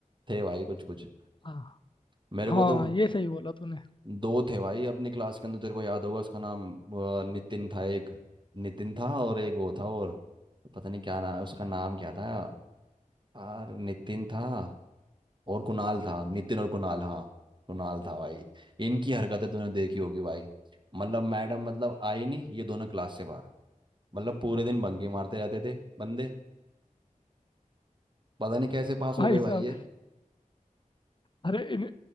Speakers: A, on the right; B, on the left.
A: थे भाई कुछ कुछ
B: हाँ
A: मेरे
B: हाँ,
A: को तो
B: ये सही बोला तूने
A: दो थे भाई अपनी क्लास के अंदर तेरे को याद होगा उसका नाम वो, नितिन था एक नितिन था और एक वो था और पता नहीं क्या नाम उसका नाम क्या था यार नितिन था और कुणाल था नितिन और कुणाल हाँ कुणाल था भाई इनकी हरकतें तूने देखी होगी भाई मतलब मैडम मतलब आई नहीं ये दोनों क्लास से बाहर मतलब पूरे दिन बंकी मारते रहते थे बंदे पता नहीं कैसे पास
B: भाई
A: हो गए भाई
B: साहब
A: ये
B: अरे इन